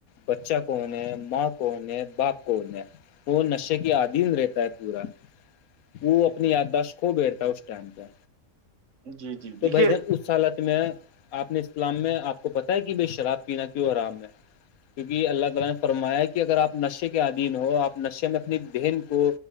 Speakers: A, on the left (about 85°); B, on the right (about 65°).
A: بچہ کون ہے ماں کون ہے باپ کون ہے وہ نشے کی عدیم رہتا ہے پورا وہ اپنی یاداشت کھو بیڑتا ہے اس ٹائم پہ
B: ہے جی جی
A: تو
B: دیکھیے
A: بھ جن اس سالت میں آپ نے اسلام میں آپ کو پتا ہے کہ بائی شراب پینا کیوں آرام میں کیونکہ اللہ تعالی نے فرمایا کہ اگر آپ نشے کے ادھیین ہو آپ نشے میں اپنی بہن کو